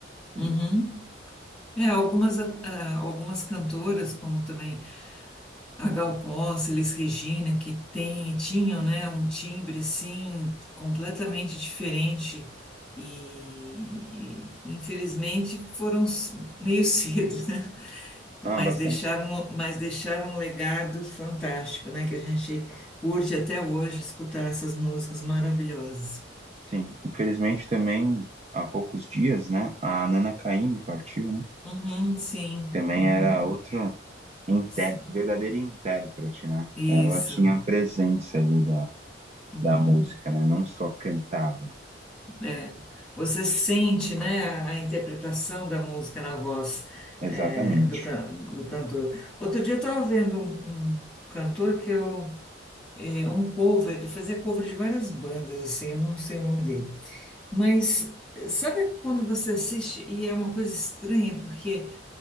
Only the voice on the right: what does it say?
digamos.
Ah,
bastante.
Sim. Infelizmente também há poucos dias, né? A Nana Caymmi partiu, né?
Também
era outra inter...
verdadeira intérprete, né?
Ela tinha a presença ali da,
da música, né? Não só cantava.
Exatamente.